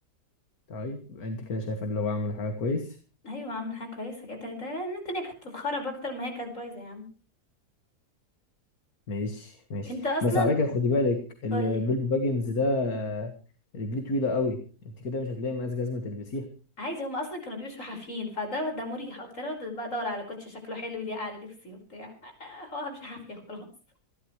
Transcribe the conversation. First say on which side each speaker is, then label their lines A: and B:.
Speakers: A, on the left; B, on the left.
A: طيب انت كده شايفه ان هو عمل حاجة كويس
B: ايوه عامل حاجه كويسه كده ده إن الدنيا كانت تتخرب اكتر ما هي كانت بايظه يا عم
A: ماشي ماشي
B: انت اصلا
A: بس على فكرة خدي بالك البيلبو
B: قولي
A: باجنز ده آه، رجليه طويلة قوي انت كده مش هتلاقي مقاس جزمة تلبسيها
B: عايزه هم اصلا كانوا بيمشوا حافيين فده ده مريح اكتر أنا بقى ادور على كوتش شكله حلو يليق على لبسي وبتاع <laughs> هو همشي حافيه خلاص